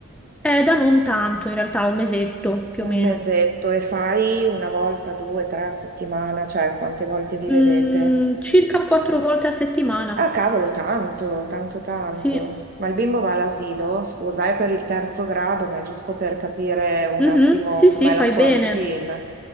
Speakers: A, in the centre; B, on the right (about 45°).
A: Eh, da non tanto, in realtà, un mesetto più
B: Un
A: o meno.
B: mesetto e fai una volta, due, tre a settimana, cioè quante volte vi vedete?
A: Mm, circa quattro volte a settimana.
B: Ah, cavolo, tanto, tanto, tanto.
A: Sì.
B: Ma il bimbo va all'asilo? Scusa, è per il terzo grado, ma è giusto per capire un
A: Mhm,
B: attimo
A: Sì,
B: com'è
A: sì, fai
B: la sua
A: bene.
B: routine.